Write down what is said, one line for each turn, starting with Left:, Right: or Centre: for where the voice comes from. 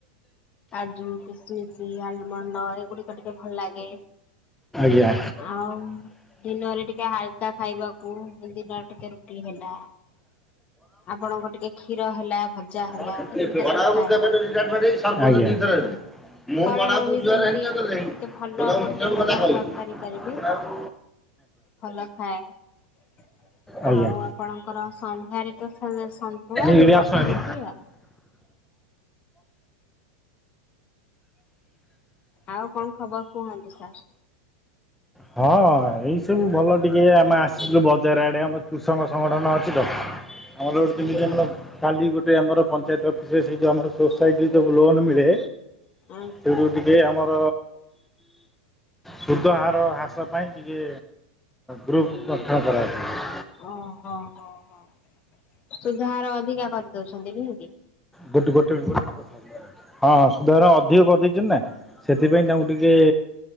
Left: ଆଜୁ କିସମିସ, ଆଲମଣ୍ଡ ଏଗୁଡିକ ଟିକେ ଭଲ ଲାଗେ।
Centre: ଆଜ୍ଞା।
Left: ଆଉ ଦିନରେ ଟିକେ ହାଲକା ଖାଇବାକୁ ଦିନରେ ଟିକେ ରୁଟି ହେଲା ଆପଣଙ୍କ ଟିକେ କ୍ଷୀର ହେଲା ଭଜା ହେଲା
Centre: ଗଡ଼ାବାବୁ
Left: ଏଗୁଡିକ ସବୁ ଖାଏ।
Centre: <unintelligible> ଆଜ୍ଞା। ମୁଁ
Left: ଖରାବେଳେ
Centre: ଗଡ଼ାବାବୁ
Left: ବି
Centre: ଜୁହାର
Left: ସେମତି
Centre: ହେଲି ଯେତେବେଳେ
Left: ଟିକେ ଭଲ
Centre: ଗଡ଼ାବାବୁ
Left: ଗୋଟେ
Centre: ମୁଁ ସବୁ
Left: ପ୍ରକାର
Centre: କଥା କହିଲି
Left: ତରକାରୀ କରିବି।
Centre: ଗଡ଼ାବାବୁ
Left: ଭଲ ଖାଏ
Centre: ଆଜ୍ଞା
Left: ଆଉ ଆପଣଙ୍କର ସନ୍ଧ୍ୟାରେ ତ <unintelligible> ସନ୍ତୁଳା
Centre: ଏଇଠି
Left: ରୁ ପଟେ
Centre: ଆସୁନାହାନ୍ତି
Left: ରୁଟି ଆଉ। ଆଉ କଣ ଖବର କୁହନ୍ତୁ ସାର୍?
Centre: ହଁ ଏଇ ସବୁ ଭଲ ଟିକେ ଆମେ ଆସିଲୁ ବଜାର ଆଡେ ଆମ କୃଷକ ସଂଗଠନ ଅଛି ତ। ନହେଲେ ଓ ଟି
Left: ଆଜ୍ଞା
Centre: ପି ଯେନଲକ କାଲି ଗୋଟେ ଆମର ପ ପଞ୍ଚାୟତ ଅଫିସରେ ସେ ଯୋଉ ଆମର ସୋସାଇଟି ଯୋଉ ଲୋନ୍ ମିଳେ
Left: ଆଜ୍ଞା
Centre: ସେଉଟୁ ଟିକେ ଆମର ସୁୁଧ ହାର ର ହ୍ରାସ ପାଇଁ ଟିକେ ଗ୍ରୁପ୍ ଗଠନ କରାଯାଏ।
Left: ହଁ ହଁ ହଁ ହଁ ସୁଧହାର ଅଧିକା କରିଦଉଛନ୍ତି ନୁହଁ କି?
Centre: ଗୋଟେ ଗୋଟେ ମିନିଟ୍ ହଁ ହଁ ସୁଧହାର ଅଧିକ କରିଦେଇଛନ୍ତି ନା ସେଥିପାଇଁ ତାଙ୍କୁ ଟିକେ